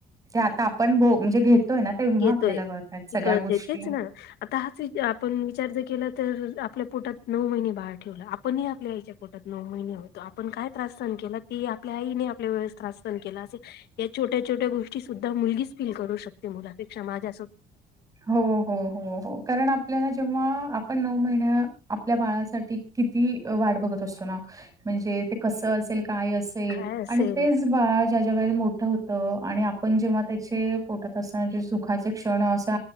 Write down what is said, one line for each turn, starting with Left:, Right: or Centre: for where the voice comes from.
Right: जे आता आपण म्हणजे घेतोय ना तेव्हा
Left: घेतोय
Right: आपल्याला कळतात
Left: ते
Right: सगळ्या
Left: कळते
Right: गोष्टी
Left: तेच ना आता हाच वि आपण विचार जर केला तर आपल्या पोटात नऊ महिने बाहेर ठेवला आपणही आपल्या याच्या पोटात नऊ महिने होतो आपण काय त्रासस्ान केला ते आपल्या आईने आपल्या वेळेस त्रास सान केला असे या छोट्या छोट्या गोष्टी सुद्धा मुलगीच फील करू शकते मुलापेक्षा माझ्या अस
Right: हो हो हो हो कारण आप आपल्याला जेव्हा आपण नऊ महिन्या आपल्या बाळासाठी किती वाट बघत असतो ना म्हणजे ते कस असेल काय असेल
Left: काय असेल
Right: आणि ते जे बाळ ज्या ज्या वेळेला मोठं होत आणि आपण जेव्हा त्याचे पोटात असताना जे सुखाचे क्षण असं